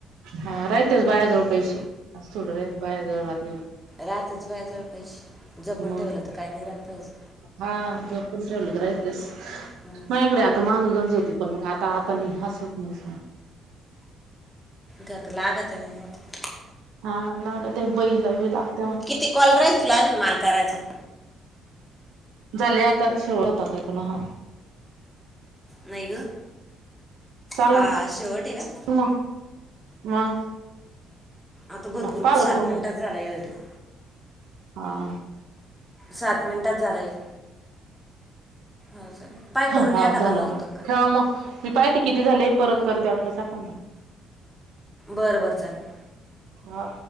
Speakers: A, on the right; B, in the centre.
A: हा राहतेच बायाजवळ पैसे थोड राह बायाजवळ राहत नाही.
B: रातेच बाया जवळ पैशे जपून
A: मग
B: ठेवलं तर काही नाही राहत पैशे.
A: हा जपून ठेवले तर राहतेस
B: मग
A: नाहीकडे आता मांग गरज होती. पण मग आता आता निहास होत नाहीस.
B: गत लागते न म आता.
A: हा लागते बैल बी लागत.
B: किती कॉल राहील तुला अजून मला करायचे?
A: झाले आता शेवटाचा आता काय कोणा हा.
B: नाही ग
A: चाल
B: हा शेवट आहे का?
A: मग मग..
B: आता भरपूर
A: हा पार
B: सात
A: करून
B: मिनिटाच झालाय <unintelligible>
A: हां...
B: सात मिनिटात झाला ह्यो हा चालेल. पाय करून
A: हा
B: एखादा
A: झालं
B: मग होतो
A: ना
B: का?
A: ठेवा मग मी पाहते किती झाले परत
B: हो
A: करते वाटलंस एखांदा.
B: बरं बरं चालेल.
A: हा..